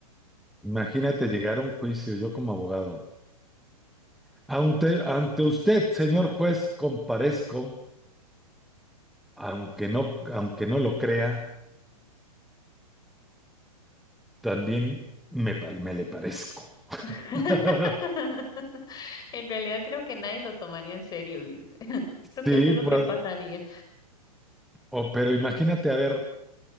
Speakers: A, in the centre; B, on the left.
A: Imagínate llegar a un juicio, yo como abogado. Ante, ante usted, señor juez, comparezco, aunque no, aunque no lo crea, también me, pa- me le parezco.
B: <laughs>
A: <laughs>
B: En realidad creo que nadie lo tomaría en serio, dice. <laughs> Creo
A: Sí,
B: que eso es lo
A: pues,
B: que pasaría.
A: o- pero imagínate, a ver,